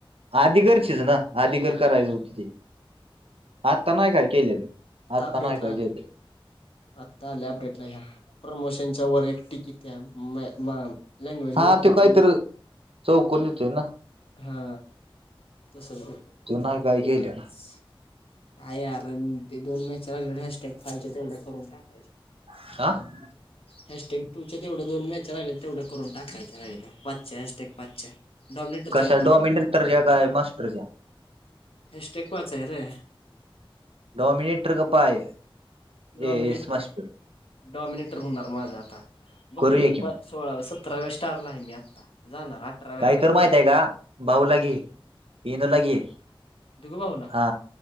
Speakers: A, on the right; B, on the left.
A: आधी घरचीच ना आधी घर करायचं होतं ते आत्ता नाही काय केलेत आत्ता
B: अपडेटला
A: नाही काय
B: आल्या
A: केले.
B: आत्ता आले अपडेटला ह्या प्रमोशनच्या वर एक टिकीट घ्या म लँग्वेज
A: हा
B: मेकिंगच
A: तो काहीतरी
B: मग
A: चौकून येतोय ना
B: हा. तसच बग
A: तो
B: ते
A: नाही
B: पण
A: काय
B: तेवढच.
A: केलेला
B: काय यार ते दोन मॅच हशटॅग फायच्या तेवढ्या करून टाकायच्या.
A: हां.
B: हॅशटॅग टूच्या तेवढ्या दोन मॅच राहिल्या, तेवढ्या करून टाकायच्या राहिल्याता. पाचच्या हॅशटॅक पाचच्या. डॉमिनेटरच्या
A: कशा डोमिनल तरजॅक आहे मास्टरच्या?
B: हॅशटॅक वाचाय र
A: डाॅमीनेटर्ग पाय A
B: dominator,
A: S master
B: dominator होणार माझा आता बगकी
A: करूया कि
B: प सोळाव्या-सतराव्या स्टारला, आहे मी आत्ता जाणार अठराव्याला
A: काय
B: जाईल
A: कर
B: मला
A: माहित
B: वाटते.
A: आहे का? भाऊला
B: हा
A: घे, येनूला घे.
B: दिगुभाऊला
A: हा